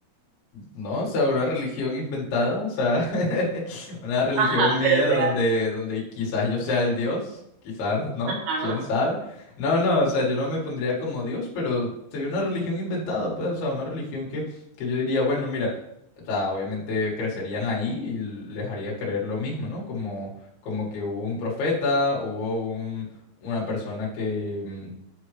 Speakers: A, on the left (about 70°); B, on the right (about 70°).
A: No, o sea, una religión inventada, o sea, <laughs> una religión
B: Ajá,
A: mía
B: pero o
A: donde,
B: sea,
A: donde quizás yo sea el Dios, quizás no,
B: ajá,
A: quién sabe. No, no, o sea, yo no me pondría como Dios, pero sería una religión inventada, pues, o sea, una religión que, que yo diría, bueno, mira, o sea, obviamente crecerían ahí y les haría creer lo mismo, ¿no? Como, como que hubo un profeta, hubo un, una persona que, mm,